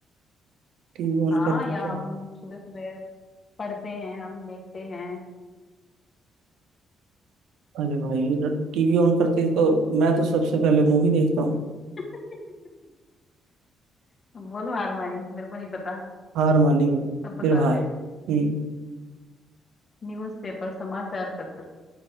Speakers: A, on the right; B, on the left.
A: टीवी ऑन
B: हाँ
A: करके
B: या
A: क्या
B: हम सुबह सुबह पढ़ते हैं हम देखते हैं
A: अरे भाई टीवी ऑन करते ही तो मैं तो सबसे पहले मूवी देखता हूँ
B: <laughs> बोलो हार मानी मेरे को नहीं पता
A: हार मानी हूँ
B: सब
A: फिर
B: बताते
A: भाई हम्म,
B: हो न्यूज पेपर समाचार पत्र